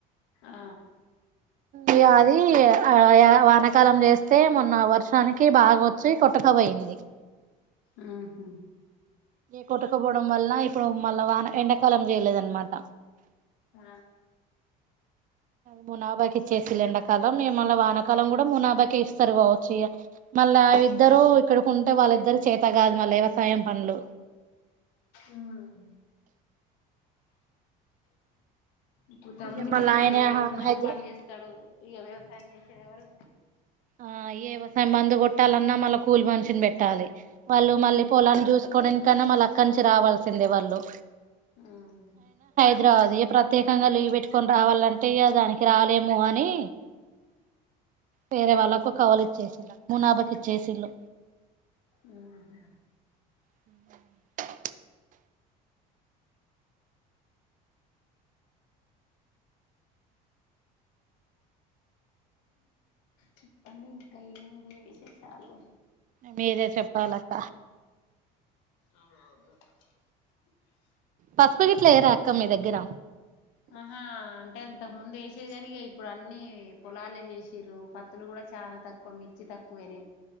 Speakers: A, on the left; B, on the right.
A: ఆ
B: ఉ అది ఆ యా వానకాలం చేస్తే మొన్న వర్షానికి బాగా వచ్చి కొట్టుక పోయింది ఇ
A: ఉహు
B: కొట్టుకపోవడం వల్ల ఇప్పుడు మళ్ళా వాన ఎండాకాలం చేయలేదనమాట
A: ఆ
B: మునాభాకి ఇచ్చేసి ఎండాకాలం మేమల్ల వానకాలం కూడా మునాభాకి ఇస్తారు కావచ్చు మళ్ళా ఇద్దరు ఇక్కడకి ఉంటే వాళ్ళిద్దరు చేత కాదు మళ్ళీ వ్వెవా వ్యవసాయం పనులు
A: ఉమ్. ఇప్పుడు తమ్మునికి
B: ఇగ మళ్ళ
A: జాబ్
B: ఆయనే
A: ఏ అన్న
B: హైద్
A: పని చేేస్తాడు ఇక వ్యవసాయం చేసేది ఎవరు
B: ఆ వ్యవసాయం మందు కొట్టాలన్నా మళ్ళా కూలి మనిషిని పెట్టాలి వాళ్ళు మళ్ళీ
A: ఉమ్,
B: పొలాన్ని చూసుకోవడానికన్నా మళ్ళీ అక్కడి నుంచి రావాల్సిందే వాళ్ళు
A: మ్మ్
B: ఇది రాదు ప్రత్యేకంగా లీవ్ పెట్టుకని రావాలంటే ఇ దానికి రాలేము అని వేరే వాళ్ళకు కవులు ఇచ్చేసిళ్ళ మునాభకి ఇచ్చేసిల్లు
A: ఉహు
B: ఉ
A: చెప్పండి ఇంకా ఏంది విశేషాలు
B: మీరే చెప్పాలక్క
A: <unintelligible>
B: పసుపు గట్లేయరా అక్క మీ దగ్గర
A: ఆహా అంటే అంతకు ముందు వేసేది కాని ఇగ ఇప్పుడు అన్నిీ పొలాలే చేసి రు పత్తులు కూడా చాలా తక్కువ మిర్చి తక్కువేనే